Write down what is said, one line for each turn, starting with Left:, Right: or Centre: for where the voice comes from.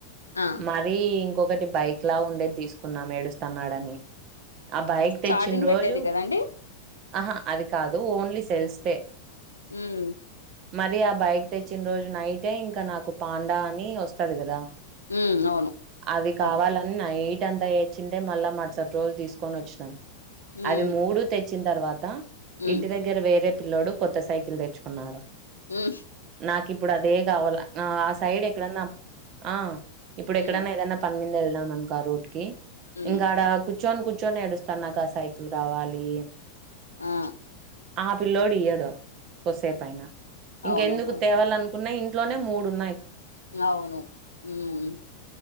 Left: ఆ
Right: మాది ఇంకొకటి బైక్ లా ఉండేది తీసుకున్నాం ఏడుస్తన్నాడని ఆ బైక్ తెచ్చిన
Left: చార్జింగ్ పెట్టేది
Right: రోజు
Left: కదండి
Right: అహా అది కాదు ఓన్లీ సెల్స్ దే
Left: ఉమ్
Right: మరి ఆ బైక్ తెచ్చిన రోజు నైటే ఇంకా నాకు పాండా అని వస్తది కదా
Left: ఉమ్ అవును
Right: అవి కావాలని
Left: అది
Right: నై టంతా ఏడ్చింటే మళ్ళా మరుసటి రోజు తీసుకొని వచ్చినాం
Left: ఉమ్
Right: అవి మూడు తెచ్చిన తర్వాత
Left: ఉమ్
Right: ఇంటి దగ్గర వేరే పిల్లోడు కొత్త సైకిల్ తెచ్చుకున్నాడు
Left: ఉమ్
Right: నాకు ఇప్పుడు అదే కావాల్ల ఆ ఆ సైడ్ ఎక్కడన్నా ఆ ఇప్పుడు ఎక్కడన్నా
Left: ఉమ్
Right: ఏదైనా పనిమీద వెళ్లినాం అనుకో ఆ రూట్ కి
Left: ఉమ్
Right: ఇంకా ఆడ కూర్చొని కూ ర్చొని ఏడుస్తాన్నాడు నాకా ఆ సైకిల్ కావాలి అని
Left: ఆ
Right: ఆ పిల్లోడు ఇయ్యడు కొస్సేపైన ఇంకెందుకు
Left: అవును కొ
Right: తేవాలనుకున్నా ఇంట్లోనే మూడున్నాయి
Left: అవును మ్మ్ హ్మ్